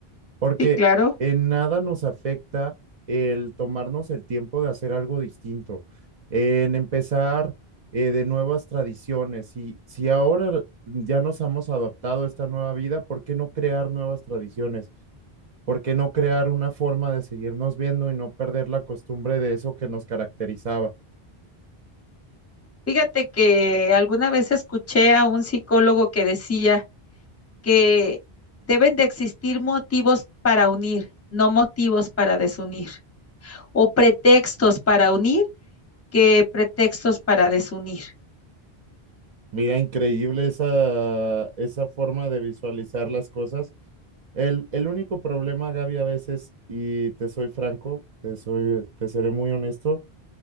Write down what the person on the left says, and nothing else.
Sí, claro.
Fíjate que alguna vez escuché a un psicólogo que decía que deben de existir motivos para unir, no motivos para desunir, o pretextos para unir que pretextos para desunir.